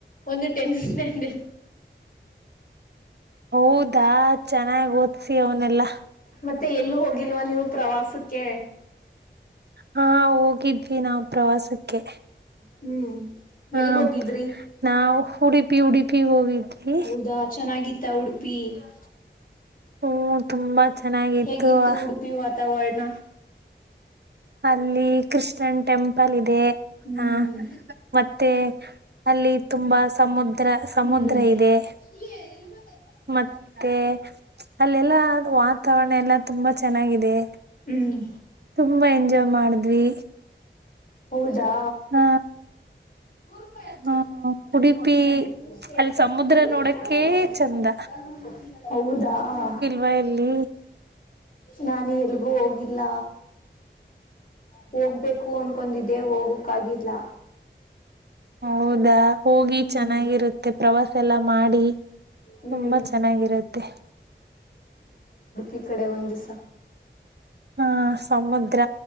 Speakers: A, on the left; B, on the right.
A: ಒಂದು ಟೆನಿಸ್ ಮ್ಯಾ <unintelligible>
B: ಹೌದಾ ಚೆನ್ನಾಗ್ ಓದ್ಸಿ ಅವನೆಲ್ಲಾ
A: ಮತ್ತೆ ಎಲ್ಲೂ ಹೋಗಿಲ್ವಾ ನೀವು ಪ್ರವಾಸಕ್ಕೆ?
B: ಹಾ ಹೋಗಿದ್ವಿ ನಾವ್ ಪ್ರವಾಸಕ್ಕೆ
A: ಹ್ಮ್ ಎಲ್ಗೋಗಿದ್ರಿ
B: ಆ ನಾವು ಉಡುಪಿ ಉಡುಪಿಗೆ ಹೋಗಿದ್ವಿ
A: ಹೌದಾ ಚೆನ್ನಾಗಿತ್ತ ಉಡು <unintelligible>
B: ಹ್ಮ ತುಂಬಾ ಚೆನ್ನಾಗಿತ್ತು
A: ಹೇಗಿತ್ತು
B: ಅ
A: <unintelligible> ವಾತಾವರಣ
B: ಅಲ್ಲಿ ಕ್ರಿಶ್ನ್ ಟೆಂಪಲ್ ಇದೆ
A: ಹ್ಮ್
B: ಹಾ ಮತ್ತೆ ಅಲ್ಲಿ ತುಂಬಾ ಸಮುದ್ರ ಸಮುದ್ರ
A: ಹ್ಮ್
B: ಇದೆ
A: <unintelligible> <unintelligible>
B: ಮತ್ತೆ ಅಲ್ಲೆಲ್ಲ ವಾತಾವರಣ ಎಲ್ಲ ತುಂಬಾ ಚೆನ್ನಾಗಿದೆ
A: ಹ್ಮ್
B: ತುಂಬಾ ಎಂಜಾಯ್ ಮಾಡಿದ್ವಿ
A: ಹೌದಾ
B: ಹ
A: ನೂರ್
B: ಹ
A: ರೂಪಾಯಿಯಾಕ್ಬೇಕ
B: ಉಡುಪಿ
A: ರೂಪ
B: ಅಲ್ಲಿ ಸಮುದ್ರ
A: <unintelligible>
B: ನೋಡಕ್ಕೆ
A: <unintelligible>
B: ಚಂದ
A: <unintelligible> ಹೌದಾ
B: ವೈಲ್ಲಿ
A: ನಾನು ಎಲ್ಗೂ ಹೋಗಿಲ್ಲ ಹೋಗ್ಬೇಕು ಅನ್ಕೊಂಡಿದ್ದೆ ಹೋಗಕ್ ಆಗಿಲ್ಲ.
B: ಹೌದಾ ಹೋಗಿ
A: ಹ್ಮ್
B: ಚೆನ್ನಾಗಿರುತ್ತೆ ಪ್ರವಾಸ ಎಲ್ಲ ಮಾಡಿ.
A: ಹ್ಮ್
B: ತುಂಬಾ ಚೆನ್ನಾಗಿರುತ್ತೆ.
A: ಈ ಕಡೆ ಒಂದಿಸಾ
B: ಹ ಸಮುದ್ರ